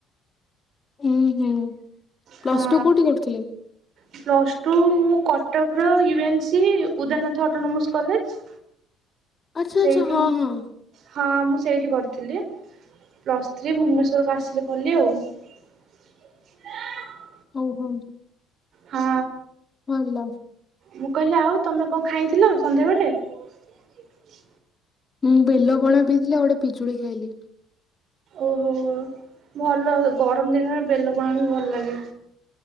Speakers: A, on the left; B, on the right.
A: ହୁଁ ହୁଁ। ପ୍ଲସ
B: ହଁ
A: ଟୁ କୋଉଠି କରୁଥିଲେ?
B: ପ୍ଲସ୍ ଟୁ ମୁଁ କ କଟକର ୟୁ ରେ N C Udayanath autonomous college.
A: ଆଛା
B: ସେଇଠି
A: ଆଚ୍ଛା ହଁ
B: ମୁଁ
A: ହଁ।
B: ହଁ ମୁଁ ସେଇଠି କରିଥିଲି ପ୍ଲସ୍ ଥ୍ରୀ ଭୁବନେଶ୍ୱରକୁ ଆସିଲି କଲି ଆଉ। <inaudible>
A: ଓ ହଉ।
B: ହଁ।
A: ଭଲ।
B: ମୁଁ କହିଲି ଆଉ ତମେ କଣ ଖାଇଥିଲ ସନ୍ଧ୍ୟାବେଳେ?
A: ମୁଁ ବେଲ ପଣା ପିଇଥିଲି ଆଉ ଗୋଟେ ପିଜୁଳି ଖାଇଲି।
B: ଓହୋ ଭଲ ଗରମ ଦିନରେ ବେଲ ପଣା ବି ଭଲ ଲାଗେ।